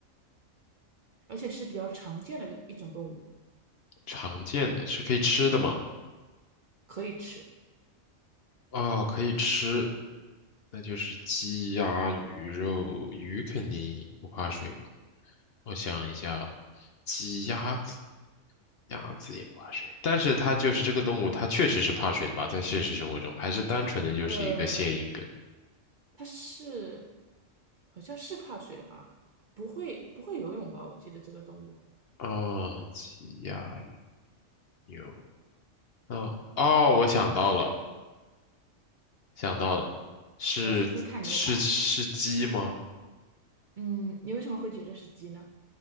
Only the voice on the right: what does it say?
而且是比较常见的一个一种动物，
可以吃，
呃，它是好像是怕水的吧？不会不会游泳吧？我记得这个动物。
来说说看你的答案。嗯，你为什么会觉得是鸡呢？